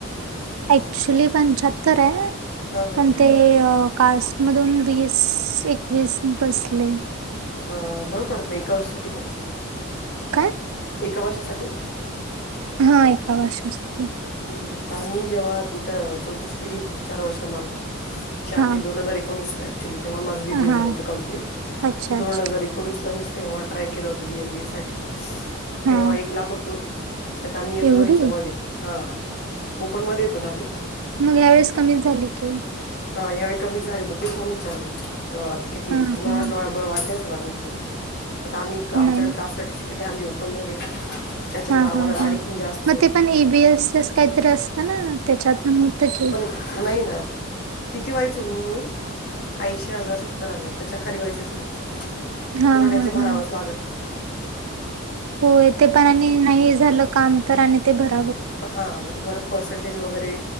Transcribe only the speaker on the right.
अक्चुली पंच्याहत्तर आहे
पण ते कास मधून वीस एकवीस बसले.
काय?
हा एका वर्षासाठी.
हा
हा
अच्छा
अच्छा
हा
एवढी
मग ह्या वेळेस कमीच झाली फी.
हा
हा
नाही
हा
हा हा
मग ते पण ए बी एसच काहीतरी असतं ना त्याच्यातून होतं की.
हा
हा
हा
हो तेे पण आणि नाही झालं काम तर आणि ते पण